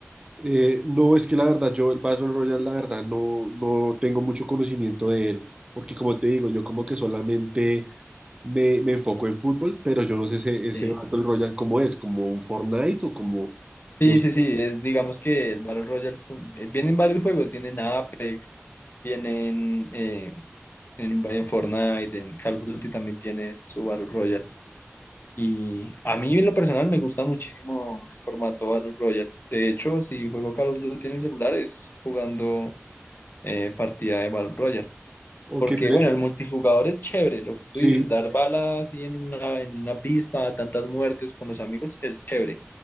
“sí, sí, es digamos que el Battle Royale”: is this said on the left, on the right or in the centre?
Left